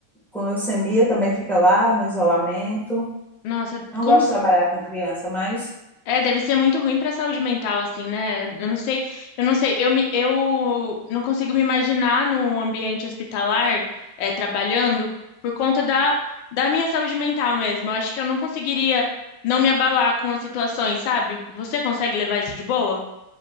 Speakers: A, in the centre; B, on the left.
A: com leucemia também fica lá no isolamento.
B: Nossa,
A: Não
B: como
A: gosto de trabalhar com criança, mas
B: É, deve ser muito ruim pra saúde mental, assim, né? Eu não sei, eu não sei, eu, me, eu não consigo me imaginar num ambiente hospitalar, é, trabalhando por conta da, da minha saúde mental mesmo. Eu acho que eu não conseguiria não me abalar com as situações, sabe? Você consegue levar isso de boa?